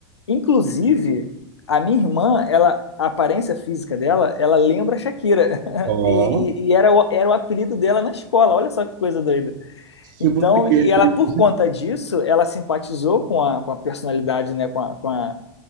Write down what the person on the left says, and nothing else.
Inclusive, a minha irmã, ela, a aparência física dela, ela lembra a Shakira. <laughs>
E, e- e era, o, era o apelido dela na escola. Olha só que coisa doida. Então,
e ela,
por conta disso, ela simpatizou com a, com a personalidade, né? Com a, com a,